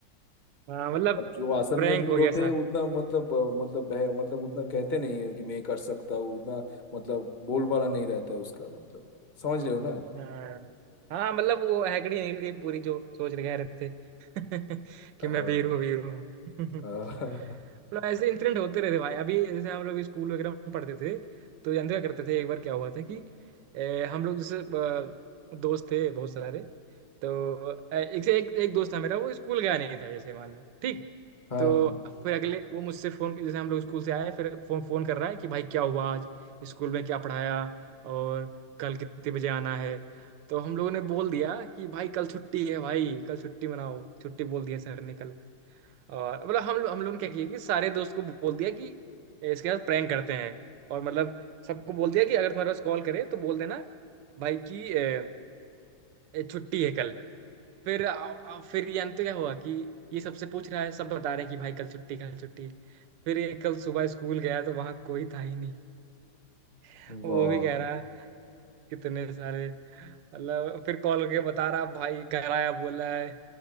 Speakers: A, on the right; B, on the left.
A: हाँ, मतलब
B: और जो असल
A: प्रैंक
B: में वीर
A: हो
B: होते
A: गया सा
B: हैं उतना मतलब अ, मतलब बह मतलब उतना कहते नहीं है कि मैं कर सकता हूँ उतना मतलब बोलबाला नहीं रहता है उसका मतलब समझ रहे हो ना
A: हाँ हाँ मतलब वो हैकड़ी निकल गई पूरी जो सोच रहे कह रहे थे <laughs> कि मैं
B: हाँ
A: वीर हूँ वीर हूँ
B: हाँ
A: <laughs>
B: <laughs>
A: मतलब ऐसे इंसिडेंट होते रहते भाई अभी जैसे हम लोग स्कूल वगैरह में पढ़ते थे तो जानते क्या करते थे एक बार क्या हुआ था कि ए, हम लोग जैसे अ, दोस्त थे बहुत सारे तो अ, एक से एक एक दोस्त था मेरा वो स्कूल गया नहीं था जैसे मान लो ठीक
B: हाँ
A: तो
B: हाँ
A: फिर अगले वो मुझसे फोन जैसे हम लोग स्कूल से आए फिर फोन फोन कर रहा है कि भाई क्या हुआ आज स्कूल में क्या पढ़ाया और कल कितने बजे आना है तो हम लोगों ने बोल दिया कि भाई कल छुट्टी है भाई कल छुट्टी मनाओ छुट्टी बोल दिया सर ने कल और मतलब हम लोग हम लोग ने क्या किया कि सारे दोस्त को बोल दिया कि इसके साथ प्रैंक करते हैं और मतलब सबको बोल दिया कि अगर तुम्हारे पास कॉल करे तो बोल देना भाई की अ, ए, छुट्टी है कल फिर आ, आ, फिर जानते क्या हुआ कि ये सबसे पूछ रहा है सब बता रहे हैं कि भाई कल छुट्टी कल छुट्टी फिर ये कल सुबह स्कूल गया तो वहां कोई था ही नहीं <laughs> वो
B: वाह
A: भी कह रहा कितने सारे मतलब फिर कॉल करके बता रहा भाई घर आया बोला है